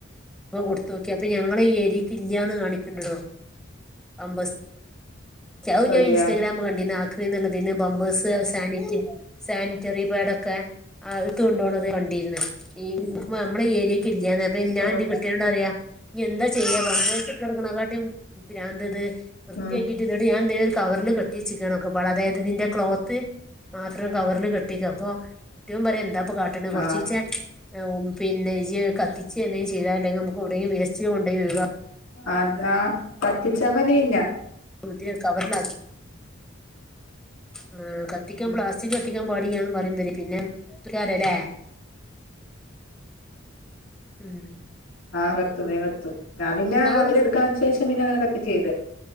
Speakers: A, in the centre; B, on the left.
A: അപ്പ കൊട്ത്തോക്കി അപ്പൊ ഞങ്ങളെ ഈ ഏരീക്ക് ഇല്ലാന്ന് കാണിക്കേണ്ടടോ അമ്പസ് ച ഔ ഞാൻ
B: അതെയാ
A: ഇൻസ്റ്റഗ്രാം കണ്ടിനു ക്രി ന്ന്ള്ള ഇതിന് ബമ്പേഴ്സ് സാനിറ്റ് സാനിറ്ററി പേഡൊക്കെ അഹ്ട്ത്തൊ കൊണ്ടോണത് കണ്ട് <unintelligible> ഈ <unintelligible> നമ്മളെ ഈ ഏര്യയ്ക്ക ഇല്ലാന്ന് <unintelligible> അപ്പൊ ഇ
B: ഓ
A: ഇയ ഇഞ്ഞ് എന്താ ചെയ്യാ പമ്പേഴ്സ് ഇട്ടടുക്ക്ണക്കാട്ടിം പിരാന്ത് ഇത് വൃത്തീക്കിട്ട്
B: ഉം
A: ഇന്നട്ട് ഞാൻ എന്തയ്ഒരു കവറ്ല് കെട്ട്യച്ചിക്ക്ണ് ഒക്കെപ്പാടെ അതായത് ഇതിന്റെ ക്ലോത്ത് മാത്രം കവറ്ല് കെട്ട്യക്ക അപ്പൊ കെട്ട്യോ പറിംഎന്താ എത്താപ്പം കാട്ട്ണെ ഹ് കൊറ്ച്ചീച്ചെ
B: ആ
A: പിന്നെ ഇജ് കത്തിച്ചെ എന്തെയ് ചെയ്ത നമുക്ക് ഔടെയും വേസ്റ്റ്ല് കൊണ്ടേയി ഒയ്വാ
B: അതാ പത്തിച്ചാ മതീന്ന്
A: <unintelligible> ത്യേ കവറ്ലാക്കി ഉം ക്കത്തിക്കാ
B: ഉം
A: പ്ലാസ്റ്റിക് കത്തിക്കാൻ പടിയന്ന് പറയുമ്പ പിന്നെക്കാരല്ലേ ഉം
B: ആഹ് കത്തും വേം കത്തും ഞാൻ പിന്നെ
A: ആഹ്
B: അവരെടുക്കാന്
A: ഒന്ന്
B: ശേഷം പിന്നെ അങ്ങനെ കത്തിക്കയ്തെ